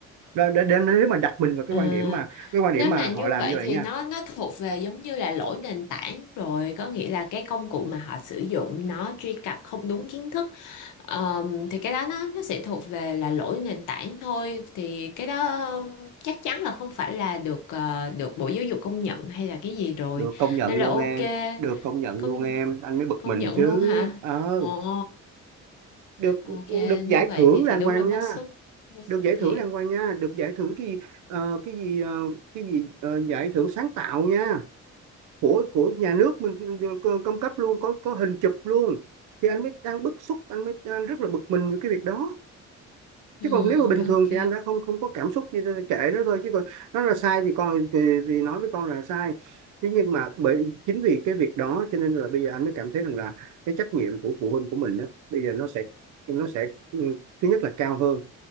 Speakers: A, on the right; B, on the left.
A: Rồi để, để nếu mà đặt mình vào cái
B: Ờ,
A: quan điểm mà cái quan
B: nếu
A: điểm mà
B: mà như
A: họ làm
B: vậy
A: như vậy
B: thì
A: nha
B: nó nó thuộc về giống như là lỗi nền tảng rồi có nghĩa là cái công cụ mà họ sử dụng nó truy cập không đúng kiến thức Ờm, thì cái đó nó nó sẽ thuộc về là lỗi nền tảng thôi thì cái đó chắc chắn là không phải là được ờ, được Bộ Giáo dục công nhận hay là cái gì rồi
A: được công nhận
B: nên
A: luôn
B: là ok
A: em được công nhận
B: công
A: luôn em anh mới bực
B: công
A: mình
B: nhận
A: chứ
B: luôn hả
A: ờ
B: Ồ,
A: được
B: ok
A: được giải
B: nếu vậy
A: thưởng
B: thì
A: đàng
B: thì đúng
A: hoàng
B: là bức
A: nha
B: xúc bức xúc
A: được giải
B: thiệt
A: thưởng đàng hoàng nha được giải thưởng cái gì ờ, cái gì ờ, cái gì ờ, giải thưởng sáng tạo nha của của nhà nước mình cơ- công cấp luôn có có hình chụp luôn thì anh mới đang bức xúc anh mới đang rất là bực mình với cái việc đó
B: ừ,
A: chứ còn nếu mà bình
B: ok
A: thường thì em đã không không có cảm xúc gì kệ nó thôi chứ còn nó là sai thì con thì, thì nói với con là sai thế nhưng mà bởi chính vì cái việc đó cho nên là bây giờ anh mới cảm thấy rằng là cái trách nhiệm của phụ huynh của mình đó bây giờ nó sẽ nó sẽ ừ, thứ nhất là cao hơn